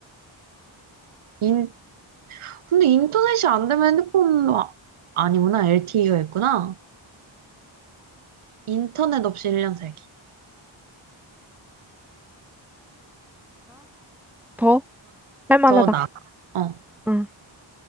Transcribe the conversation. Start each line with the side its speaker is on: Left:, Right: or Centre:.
Right: 인, 근데 인터넷이 안 되면 핸드폰도 아, 아니구나. LTE가 있구나. 인터넷 없이 1년 살기가
Centre: 더 할만하다.
Right: 더 나아. 어,
Centre: 응,